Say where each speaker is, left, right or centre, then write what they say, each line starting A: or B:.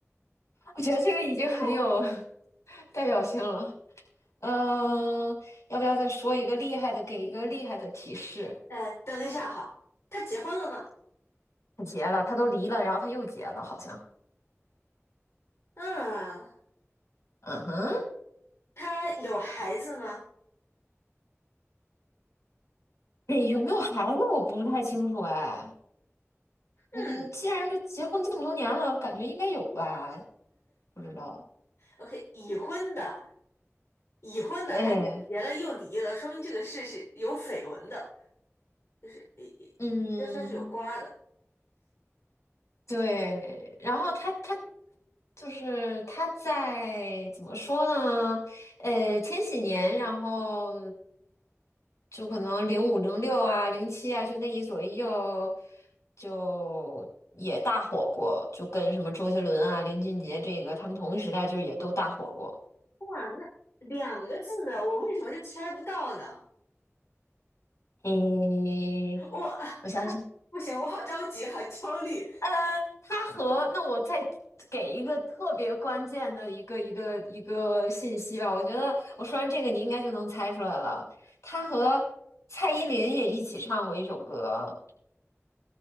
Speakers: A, on the left; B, on the left.
A: 我觉得这个已经很有
B: 哇，
A: <laughs> 代表性了。嗯、要不要再说一个厉害的，给一个厉害的提示？
B: 哎，等一下哈，他结婚了吗？
A: 他结了，他都离了，然后他又结了，好像。
B: 嗯，
A: 嗯哼，
B: 他有孩子吗？
A: 诶，有没有孩子我不是太清楚哎。
B: 嗯
A: 嗯，既然都结婚这么多年了，感觉应该有吧？不知道。
B: ，OK，已婚的，已婚的还是结了又离了，
A: 哎。
B: 说明这个事是有绯闻的，就是诶，诶这算是有瓜的。
A: 嗯，对，然后他他就是他在怎么说呢？呃，千禧年，然后就可能零五、零六啊、零七啊，就那一左一右就也大火过，就跟什么周杰伦啊、林俊杰这个他们同一时代，就也都大火过。
B: 哇，那两个字的，我为什么就猜不到呢？
A: 嗯，
B: 我
A: 我想诶，
B: 不行，我好着急，好焦虑，
A: 呃，他和那我再给一个特别关键的一个一个一个信息吧，我觉得我说完这个你应该就能猜出来了。他和蔡依林也一起唱过一首歌，